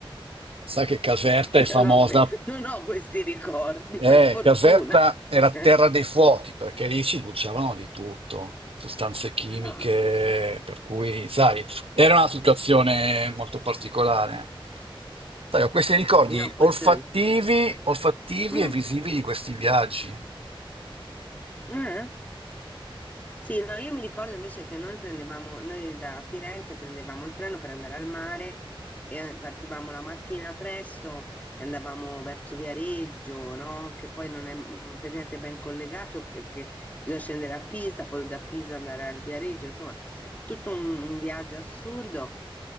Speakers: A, on the right; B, on the left.
A: Sai che Caserta è famosa
B: Io no, que- non ho questi ricordi,
A: eh,
B: per fortuna.
A: Caserta era
B: Eh,
A: terra dei fuochi perché lì si bruciavano di tutto, sostanze chimiche,
B: No,
A: per cui, sai, era una situazione molto particolare. Sai, ho questi ricordi
B: No, questo...
A: olfattivi,
B: è...
A: olfattivi
B: Mm,
A: e visivi di questi viaggi.
B: eh? Sì, no, io mi ricordo invece che noi prendevamo, noi da Firenze prendevamo il treno per andare al mare e eh, partivamo la mattina presto e andavamo verso Viareggio, no? Che poi non è mm, per niente ben collegato perché bisogna scendere a Pisa, poi da Pisa andare al Viareggio, insomma, tutto un, un viaggio assurdo